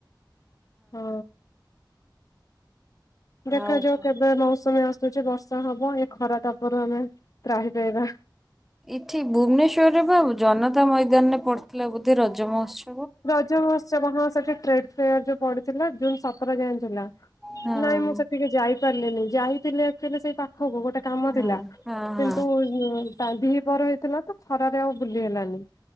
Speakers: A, on the left; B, in the centre.
A: ହଁ। ଦେଖାଯାଉ
B: ଆଉ କଣ?
A: କେବେ ମୌସୁମୀ ଆସୁଛ ବର୍ଷା ହବ ଏ ଖରା ତାପରୁ ଆମେ ତ୍ରାହି ପାଇବା
B: ଏଠି ଭୁବନେଶ୍ଵରରେ ବା ଜନତା ତା ମଇଦାନରେ ପଢଥିଲା ବୋଧେ ରଜ ମହୋତ୍ସୀ
A: ରଜ ମହୋତ୍ସବ ହିଁ ସେଠ ଟେଡ ଫେୟାର ଯୋଉ ପଡିଥିଲା ଜୁନ ଯାଇଁ ଥିଲା
B: ହଁ
A: ନାଇଁ ମୁଁ ସେଠିକି ଯାଇ ପାରିଲେନି ଯାଇଥିଲେ ଏଲ ସେଇ ପା କୁ ଗୋଟେ କାମ
B: ହଁ
A: ଥିଲା
B: ହଁ
A: କିନ୍ତୁ
B: ହଁ
A: ତାଧି ବ ହେଇଥିଲା ତ ଖରାରେ ଆଉ ବୁଲି ହେଲାନି।